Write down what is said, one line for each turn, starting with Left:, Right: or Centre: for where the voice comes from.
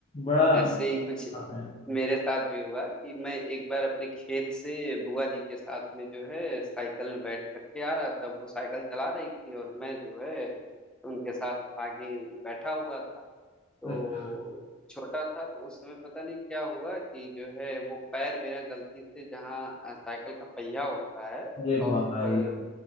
Left: बड़ा
Centre: ऐसे ही कुछ
Left: है।
Centre: मेरे साथ भी हुआ कि मैं एक बार अपने खेत से बुआ जी के साथ में जो है साइकिल में बैठ करके आ रहा था वो साइकिल चला रही थी और मैं जो है उनके साथ आगे बैठा हुआ था तो
Left: अच्छा
Centre: छोटा था तो उस समय पता नहीं क्या हुआ कि जो है वो पैर मेरा गलती से जहाँ अ, साइकिल का पहिया होता है
Left: अरे
Centre: और
Left: भाई
Centre: ऊपर